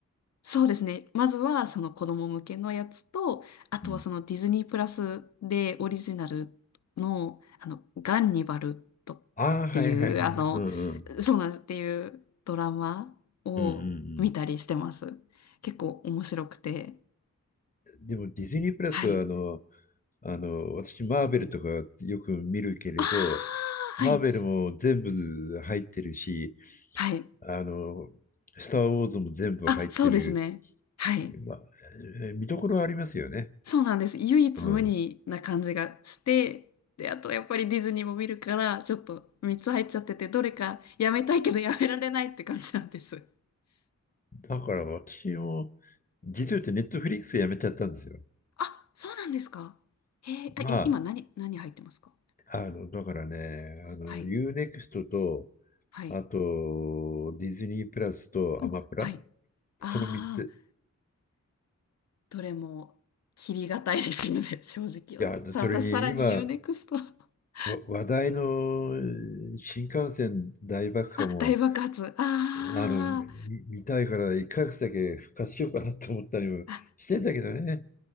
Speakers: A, on the left; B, on the left.
A: そうですね。まずはその子供向けのやつと、あとはそのディズニープラスでオリジナルの、
B: うん。
A: あの、ガンニバルとっていう、
B: ああ、はいはいはいはい。
A: あの、
B: うんうん。
A: そうなんですっていうドラマを見たりしてます。
B: うんうん
A: 結構面白くて。
B: でもディズニープラスはあの、
A: はい。
B: あの、私、マーベルとかよく見るけれど、
A: ああ、
B: マーベルも全部入ってるし、
A: はい。はい。
B: あの、スター・ウォーズも全部入ってる、
A: あ、そうですね。はい。
B: まえー見どころはありますよね。
A: そうなんです。唯一無二な感じがして、
B: うん。
A: で、あとやっぱりディズニーも見るから、ちょっと3つ入っちゃってて、どれかやめたいけどやめられないって感じなんです。
B: だから私も、実を言ってネットフリックスやめちゃったんですよ。
A: あ、そうなんですかへえ、
B: まあ、
A: あ、い今何、何入ってますか
B: あの、だからね、あの、
A: はい、
B: u ネクストと、
A: はい、
B: あと、ディズニープラスとアマプラ、
A: うんはい。ああ、
B: その3つ。
A: どれも切りがたいですので、<laughs> 正直よ。
B: いや、
A: さ、
B: それに今、
A: 私さらに u ネクスト <laughs>
B: わ話題のえー新幹線大爆破も、
A: あ、大爆発。ああ、
B: あの、み見たいから一ヶ月だけ復活しようかなと思ったりもしてんだけどね。
A: あ